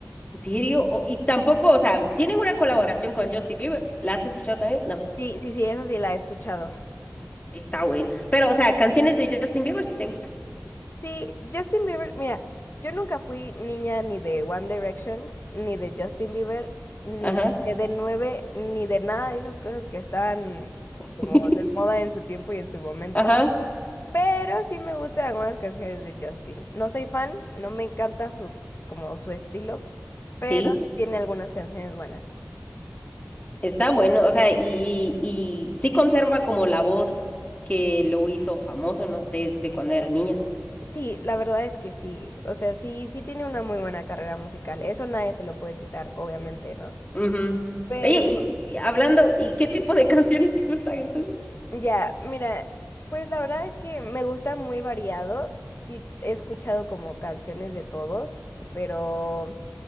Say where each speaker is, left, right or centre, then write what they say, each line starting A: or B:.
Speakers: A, on the left (about 30°); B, on the left (about 55°).
A: ¿En serio? O- y tampoco, o sea, tienen una colaboración con Justin Bieber. ¿La has escuchado también? No,
B: Sí, sí, sí, esa sí la he escuchado.
A: está buena. Pero, o sea, canciones de Justin Bieber si te gustan.
B: Sí, Justin Bieber, mira, yo nunca fui niña ni de One Direction, ni de Justin Bieber, ni
A: Ajá.
B: de de nueve, ni de nada de esas cosas que estaban
A: <laughs>
B: como de moda en su tiempo y en su momento.
A: Ajá.
B: Pero sí me gustan algunas canciones de Justin. No soy fan, no me encanta su, como su estilo, pero
A: Sí.
B: sí tiene algunas canciones buenas.
A: Está bueno, o sea, y, y, y sí conserva como la voz que lo hizo famoso, ¿no? Desde cuando era niño,
B: Sí, la verdad es que sí. O sea, sí, sí tiene una muy buena carrera musical. Eso nadie se lo puede quitar, obviamente, ¿no?
A: ¿no? Ujú.
B: Pero
A: Oye, y,
B: sí,
A: y y hablando, ¿y qué tipo de <laughs> canciones te gustan entonces?
B: Ya, mira, pues la verdad es que me gusta muy variado. Sí, he escuchado como canciones de todos, pero,